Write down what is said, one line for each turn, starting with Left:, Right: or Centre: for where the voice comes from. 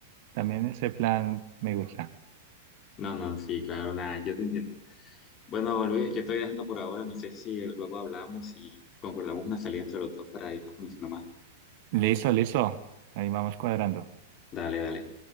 Right: También ese plan me gusta.
Left: No, no, sí, claro, nada, yo te entiendo. Bueno, Luis, yo estoy dejando por ahora. No sé si luego hablamos y concordamos una salida entre los dos para irnos conociendo más.
Right: Listo, listo. Ahí vamos cuadrando.
Left: Dale, dale.